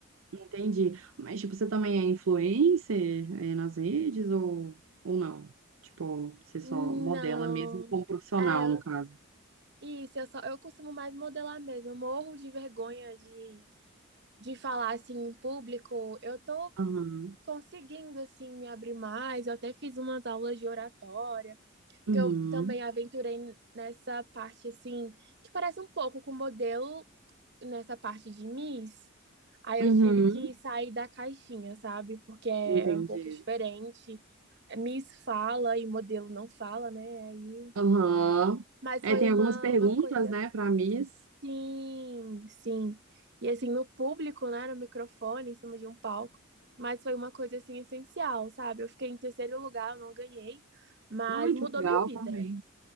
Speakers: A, on the right; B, on the right.
A: entendi. Mas, tipo, você também é influencer, é, nas redes ou, ou não? Tipo, você só
B: Não.
A: modela mesmo como profissional,
B: É,
A: no caso.
B: isso, eu só eu costumo mais modelar mesmo. Eu morro de vergonha de, de falar assim em público. Eu tô
A: Aham,
B: conseguindo assim me abrir mais. Eu até fiz umas aulas de oratória,
A: uhum,
B: porque eu também aventurei nessa parte assim que parece um pouco com modelo nessa parte de Miss, aí
A: uhum,
B: eu tive que sair da caixinha, sabe? Porque é,
A: entendi.
B: é um pouco diferente. É, Miss fala e modelo não fala, né? Aí,
A: Aham.
B: mas
A: É,
B: foi
A: tem
B: uma,
A: algumas perguntas,
B: uma coisa.
A: né, para Miss.
B: Sim, sim. E assim, no público, né? No microfone, em cima de um palco. Mas foi uma coisa assim essencial, sabe? Eu fiquei em terceiro lugar, eu não ganhei, mas
A: Ai, que
B: mudou
A: legal,
B: minha vida.
A: parabéns.